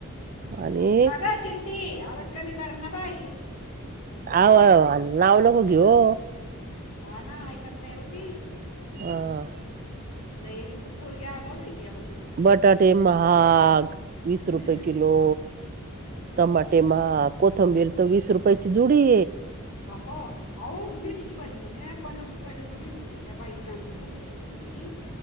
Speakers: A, on the right; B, on the left.
A: आणि
B: का ग चिंटी आवाज कमी कर ना बाई. हा
A: आव नाव नको घेऊ ओ.
B: हां ना ऐकत नाही ओ ती.
A: हां.
B: लई पोरगी आगाव आहे ती आम
A: बटाटे महाग वीस
B: हम्म
A: रुपये किलो. टमाटे महाग कोथंबीर तर वीस रुपेची जुडी.
B: बाबा अहो मेथी ची भाजी म्हणे पन्नास रुपयाला जुडी म्हणे त्या बाईनी आणली समोरच्या बाईनी.